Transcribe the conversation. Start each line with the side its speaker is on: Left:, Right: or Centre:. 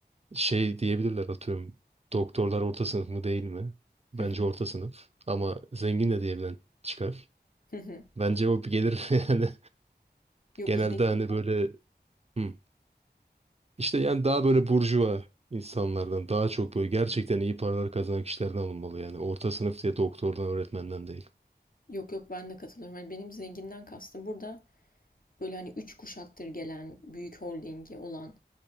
Right: şey diyebilirler atıyorum doktorlar orta sınıf mı değil mi? Bence
Left: hı,
Right: orta sınıf ama zengin de diyebilen çıkar.
Left: hı hı.
Right: Bence o bir gelir <laughs> yani
Left: Yok
Right: genelde
Left: zengin,
Right: hani böyle hı. işte yani daha böyle burjuva insanlardan daha çok böyle gerçekten iyi paralar kazanan kişilerden alınmalı yani. Orta sınıf diye doktordan öğretmenden değil.
Left: yok yok ben de katılıyorum. Hani benim zenginden kastım burada böyle hani üç kuşaktır gelen büyük holdingi olan